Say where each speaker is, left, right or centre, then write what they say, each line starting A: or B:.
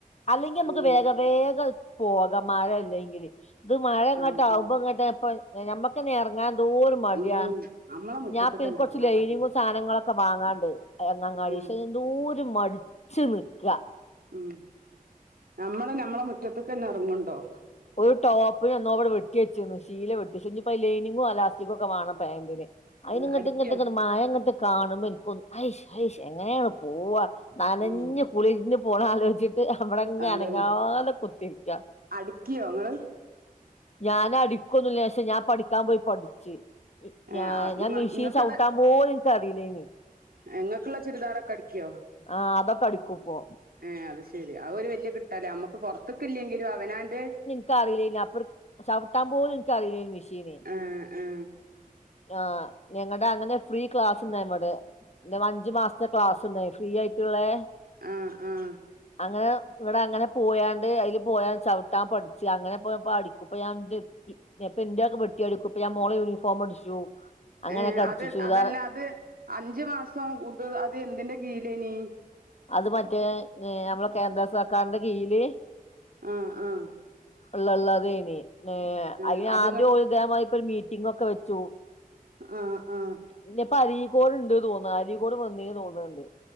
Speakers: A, on the left (about 45°); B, on the right (about 80°).
A: അല്ലെങ്കി ഞമ്മക്ക്
B: ഉം
A: വേഗം വേഗ പോക മഴല്ലെങ്കില്. ത് മഴങ്ങോട്ടാവുമ്പോ
B: ആഹ് ആഹ്
A: ങ്ങട്ട് എപ്പൊ എ ഞമ്മക്കെന്നെ എറങ്ങാൻ ന്തോരുമടിയാ
B: ഉം നമ്മളെ മുറ്റത്ത്ക്കെന്നെ
A: ഞാപ്പേ ന്നി കൊർച്ച്
B: എർങ്ങാൻ
A: <unintelligible>
B: മടിയാ
A: സാനങ്ങളൊക്കെ വാങ്ങാണ്ട് എ ങ്ങങ്ങാടിന്ന്
B: ഉം
A: ശെ എന്തോരു മടിച്ച് നിക്ക
B: ഉം ഞമ്മള് ഞമ്മളെ മുറ്റത്തെ ക്കെന്നെർങ്ങ്ണ്ടോ
A: ഒരു ടോപ്പ്നെന്നോ വിടെ വെട്ട്യച്ചിന്ന് ശീല വെട്ടിച്ച് ഞ്ഞിപ്പോ ലൈനിങ്ങും അലാസ്റ്റിക്കും ഒക്കെ വാണം പാന്റിന് അയിന്
B: ആഹ്
A: ങ്ങട്ട്
B: അടിക്ക്യോ
A: ങ്ങട്ട് ങ്ങട്ട് മഴ ങ്ങട്ട് കാണുമ്പൻക്കൊ ഹൈഷ് ഹൈഷ് എങ്ങനെയാണ് പോവാ നനഞ്ഞു
B: ഉം
A: കുളിര്ന്ന് പോണാ ലോച്ചിട്ട് വടെങ്ങനെ
B: അതന്നെ
A: അനങ്ങാതെ കുത്തിരിക്കാ
B: അടിക്ക്യോ ങ്ങള്?
A: ഞാനടിക്കൊന്നില്ല പക്ഷേ ഞാൻ പഠിക്കാൻ പോയി പഠിച്ച് ഇ ഞാ
B: ഏഹ്
A: ഞാൻ
B: ഇങ്ങ
A: മെഷീൻ
B: ഇങ്ങക്ക്ള്ള
A: ചൗട്ടാൻ പോലും എൻക്കറിയില്ലേനി <inaudible>
B: ഇങ്ങക്ക്ള്ള ചുരിദാറൊക്കെ അടിക്ക്യോ
A: ആഹ് അതൊക്ക ടിക്കു പ്പോ
B: ഏഹ് അത് ശെരി അഒരു വല്യ കിട്ടല നമ്മുക്ക് പൊറത്തക്ക ല്ലെങ്കിലും അവനാന്റെ
A: ക്കറിയില്ലയ്നി അപ്‌ർ ചവിട്ടാ പോലും എനിക്കറിയൂലായ്നു മിഷീന്
B: ഏഹ് ഏഹ്
A: ആഹ് ഞങ്ങടെ അങ്ങനെ ഫ്രീ ക്ലാസ് ണ്ടായ്ന് വടെ ദെ വഞ്ചുമാസ്ത്തെ ക്ലാസ് ണ്ടായിൻ ഫ്രീ ആയിട്ട്ള്ളെ
B: ആഹ് ആഹ്
A: അങ്ങനെ വിടങ്ങനെ പോയാണ്ട് അയില് പോയാ ചവ് ട്ടാൻ പഠിച്ചു അങ്ങനെ പ്പ പഠിക്കും മ്പ ഞാൻ ന്റ പ്പന്റൊക്ക വെട്ടി അടിക്കും <unintelligible> പ്പൊ ഞാൻ മോളെ യൂണിഫോമ ടിച്ചു അങ്ങനെയൊക്കെ
B: ഏഹ്
A: അടിച്ചു
B: അത്
A: ചുരിദാറ്
B: അതല്ല അത് അഞ്ചു മാസം ഉഡ് അതെന്തിന്റെ കീഴിലേനി?
A: അത് മറ്റേ നെ നമ്മള കേന്ദ്ര സർക്കാരിന്റെ കീഴില്
B: ആഹ് ആഹ്
A: ള്ളള്ള തേനി നേ
B: ഏഹ്
A: അയിനാദ്യോല്
B: അത്ങ്ങട്ട്
A: ദേ മാതിരി പ്പൊരു മീറ്റിംഗൊക്ക വെച്ചു
B: അ ആആഹ്
A: പിന്നപ്പരീക്കോട് ണ്ട് തോന്ന് അരീക്കോട് വന്നിനു തോന്ന്ണ്ട്.